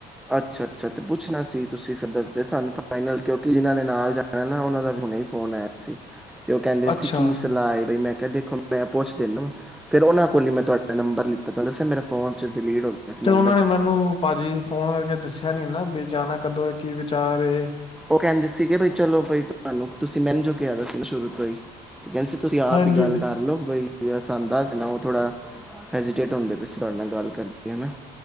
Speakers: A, in the centre; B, on the left.
A: ਅੱਛਾ-ਅੱਛਾ, ਤੇ ਪੁੱਛਣਾ ਸੀ। ਤੁਸੀਂ ਫਿਰ ਦੱਸਦੇ ਸਾਨੂੰ ਫਾਈਨਲ। ਕਿਉਂਕਿ ਜਿਨਾਂ ਨੇ ਨਾਲ ਜਾਣਾ ਨਾ, ਉਹਨਾਂ ਦਾ ਵੀ ਹੁਣੇ ਫੋਨ ਆਇਆ ਸੀ। ਤੇ ਉਹ ਕਹਿੰਦੇ
B: ਅੱਛਾ
A: ਸੀ, ਕੀ ਸਲਾਹ ਏ। ਬਈ ਮੈਂ ਕਿਹਾ ਦੇਖ ਮੈਂ ਪੁੱਛ ਦੇਨਾ ਫੇਰ ਉਹਨਾਂ ਕੋਲ ਹੀ ਮੈਂ ਤੁਹਾਡਾ ਨੰਬਰ ਲਿੱਤਾ, ਤੁਹਾਨੂੰ ਦੱਸਿਆ ਮੇਰੇ ਫੋਨ ਚ ਡਿਲੀਟ ਹੋ ਗਿਆ ਸੀ
B: ਤੇ
A: ਨੰਬਰ
B: ਉਹਨਾਂ ਨੇ
A: 'ਚ
B: ਮੈਨੂੰ ਭਾਜੀ ਫੋਨ ਕਰਕੇ ਦੱਸਿਆ ਨੀ ਨਾ ਵੀ ਜਾਣਾ ਕਦੋਂ ਏ, ਕੀ ਵਿਚਾ ਚਾਰੇ
A: ਉਹ ਕਹਿੰਦੇ ਸੀਗੇ ਬਈ ਚਲੋ ਬਈ ਤੁਹਾਨੂੰ ਤੁਸੀਂ ਮੈਨੂੰ ਜੋ ਕਿਹਾ ਦਾ ਸੀ ਸ਼ੁਰੂ ਤੋਂ ਹੀ। ਤੇ ਕਹਿੰਦੇ ਸੀ, ਤੁਸੀਂ ਆਪ
B: ਹਾਂਜੀ
A: ਹੀ ਗੱਲ ਕਰ ਲਓ। ਬਈ ਸਾਨੂੰ ਦੱਸ ਦੇਣਾ ਓਹ ਥੋੜਾ ਹ ਜੀ ਕਪੜੇ ਧੋਂਦੇ ਪਏ ਸੀ, ਤੁਹਾਡੇ ਨਾਲ ਗੱਲ ਕ ਰਦੀ ਆ ਨਾ